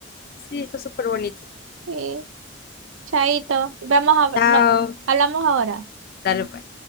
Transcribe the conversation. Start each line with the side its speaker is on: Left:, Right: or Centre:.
Left: Sí, está súper bonito.
Right: Sí, chaito. Vamos a,
Left: Chao,
Right: no, hablamos ahora.
Left: dale pues.